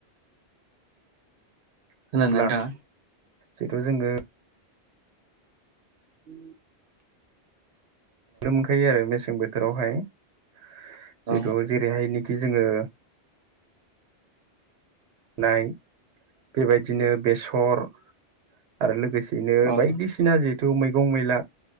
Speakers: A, on the right; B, on the right.
A: खोनादोंना
B: अब्ला
A: नोंथाङा
B: जिथु जोङो
A: ओम
B: मोनखायो आरो मेसें बोथोरावहाय जिहेतु
A: औ
B: जेरैहायनाखि जोङो नाय बेबायदिनो बेसर आरो लोगोसेयैनो
A: औ
B: बायदिसिना बिसिना जिहेथु मैगं मैला